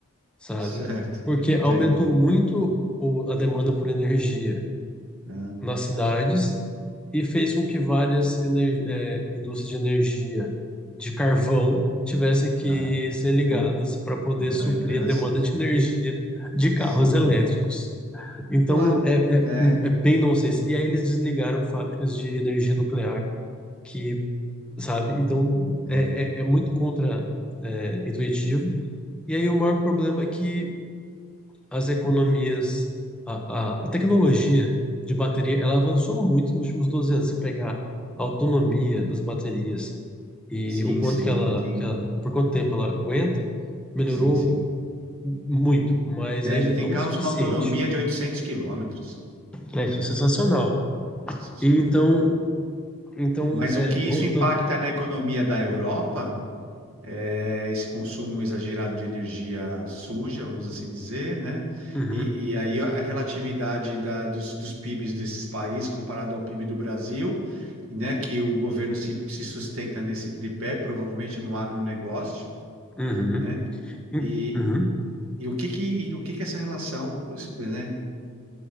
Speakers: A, in the centre; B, on the right.
A: sabe?
B: Certo,
A: Porque
B: entendo.
A: aumentou muito o- a demanda por energia
B: Ah,
A: nas cidades e fez com que várias ener- é, indústrias de energia de carvão tivessem que
B: tá.
A: ser ligadas
B: Ou
A: para poder
B: entrar
A: suprir
B: em operação.
A: a demanda de energia de carros
B: Sim.
A: elétricos. Então
B: Olá.
A: é, é,
B: É.
A: é bem nonsense. E aí eles desligaram fábricas de energia nuclear, que, sabe? Então
B: uhum.
A: é, é, é muito contra, é, intuitivo. E aí o maior problema é que as economias, a, a, a tecnologia de bateria, ela avançou muito nos últimos 12 anos. Se pegar a autonomia das baterias e
B: Sim,
A: o quanto
B: sim,
A: que ela,
B: eu tenho.
A: que ela, por quanto tempo ela aguenta, melhorou
B: Sim, sim.
A: muito, mas
B: É,
A: ainda
B: já tem
A: não
B: carros
A: o suficiente.
B: com autonomia de 800 quilômetros.
A: É sensacional.
B: É, Sensacional.
A: E então Então,
B: Mas
A: é,
B: o que
A: voltando.
B: isso impacta na economia da Europa é esse consumo exagerado de energia suja, vamos assim dizer, né?
A: Uhum,
B: E, e aí a relatividade da- dos, dos PIBs desses países comparado ao PIB do Brasil, né? Que o governo se, se sustenta nesse tripé, provavelmente no agronegócio,
A: uhum,
B: né?
A: en-
B: E,
A: uhum.
B: e o que que, e o que que essa relação, né?